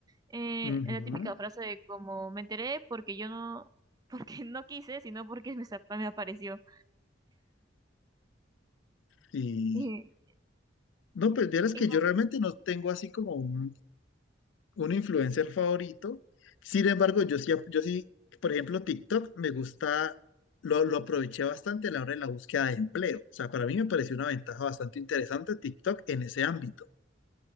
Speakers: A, on the right; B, on the left.
A: Eh,
B: Ujú,
A: la típica frase de como me enteré porque yo no, <laughs> porque no quise, sino porque me, sa- me apareció.
B: sí.
A: Y,
B: No, pues vieras
A: y
B: que
A: va-
B: yo realmente no tengo así como un, un influencer favorito. Sin embargo, yo sí, yo sí, por ejemplo, TikTok me gusta, lo, lo aproveché bastante a la hora de la búsqueda de empleo. O sea, para mí me pareció una ventaja bastante interesante TikTok en ese ámbito.